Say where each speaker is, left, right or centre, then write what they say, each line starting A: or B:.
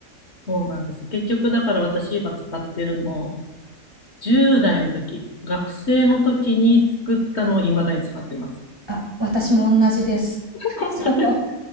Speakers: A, on the left; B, on the right.
A: そうなんです。結局、だから私今使ってるの、10代の時、学生の時に作ったのを未だに使ってます。
B: あ、私も同じです。<laughs>
A: 本当です。
B: そう